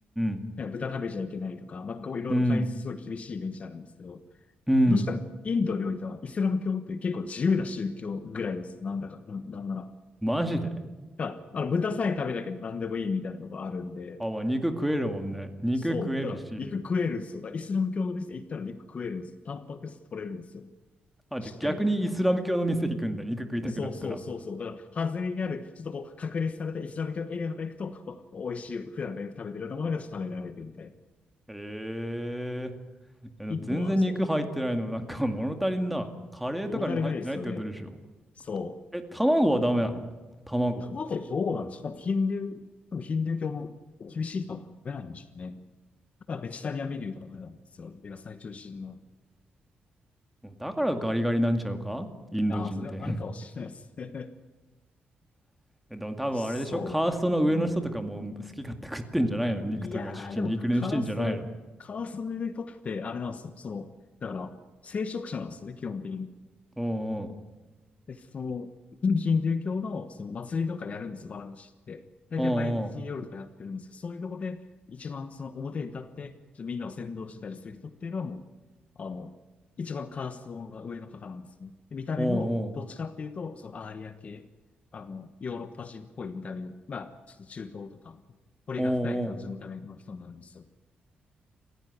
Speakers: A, in the centre; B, on the left (about 45°).
A: ん
B: なんか豚食べちゃいけないとか、まあ、こういろいろ大変すごい厳しいイメージあるんですけど、
A: うん。うん。うん。
B: どうしたらインドにおいてはイスラム教って結構自由な宗教ぐらいです。なんだか、ななんなら。
A: マジで。
B: だからあの豚さえ食べなきゃ何でもいいみたいなとこあるんで、
A: あ、まあ、肉食えるもんね。肉食えるし。
B: そう、だから肉食えるんですよ。だからイスラム教の店行ったら肉食えるんですよ。タンパク質取れるんですよ。
A: あ、
B: しっかり。
A: じゃあ逆にイスラム教の店行くんだ。肉食いたくなったら。
B: そうそうそうそう。だから、外れにある、ちょっとこう、隔離されたイスラム教のエリアとか行くと、お美味しい、普段がよく食べてるようなものがちょっと食べられるみたいな。
A: へえ。え、の全然肉入ってないの、
B: インドはそう、
A: なんか <laughs> 物足りんな。カレーとかにも入ってないってことでしょ。
B: 物足りないですよね。そう。
A: え、卵はダメなの卵。
B: 卵どうなんですかヒンドゥー、多分ヒンドゥー教も厳しいと食べないんでしょうね。まあ、ベジタリアンメニューとかもあなんですよ。野菜中心の。
A: もうだからガリガリなんちゃうかインド人って。
B: ああ、それはあるかもしれないですね。
A: <laughs> えでも多分あれでしょカーストの上の人とかもう好き勝手食ってんじゃないの肉とか主にいいくにしてんじゃないの
B: <laughs> そう。うん、いやー、でも、カースカーストの人って、あれなんですよ。その、だから、聖職者なんですよね、基本的に。
A: おう
B: で、そう、ヒンドゥー教のその祭りとかやるんです、バラムシって。大体毎日夜とかやってるんですけど、
A: おう
B: そういうとこで一番その表に立って、ちょっとみんなを先導してたりする人っていうのはもう、あの、一番カーストが上の方なんですね。で見た目も、
A: おうおうおう
B: どっちかっていうと、そのアーリア系、あの、ヨーロッパ人っぽい見た目に、まあ、ちょっと中東とか、彫りが深い感じの見た目の人になるんですよ。
A: おうお